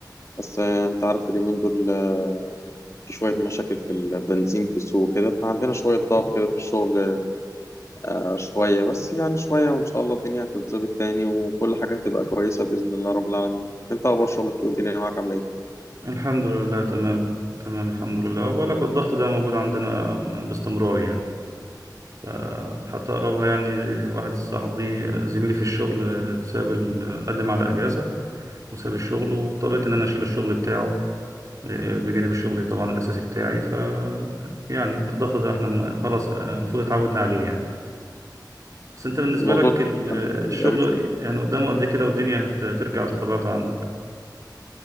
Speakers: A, on the left; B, on the right.
A: بس آه، انت عارف اليومين دول آه، في شوية مشاكل في البنزين في السوق كده فعندنا شوية ضغط كده في الشغل آه، شوية بس يعني شوية وان شاء الله الدنيا هتتظبط تاني وكل حاجة هتبقى كويسة بإذن الله رب العالمين انت اخبار شغلك ايه والدنيا معاك عاملة ايه
B: الحمد لله تمام تمام الحمد لله وبقول لك الضغط ده موجود عندنا باستمرار يعني ف- حتى قربها يعني واحد صاحبي زميلي في الشغل ساب ال- قدم على اجازة وساب الشغل
A: مم.
B: واضطريت ان انا اشيل الشغل بتاعه إيه، بجانب الشغل طبعا الاساسي بتاعي ف يعني الضغط ده احنا م- خلاص آه، المفروض اتعودنا عليه يعني بس انت بالنسبة
A: الموضوع
B: لك ال-
A: ده
B: الشغل
A: بيبقى رخم.
B: يعني قدامه قد كده والدنيا هت- هترجع لطبيعتها عندك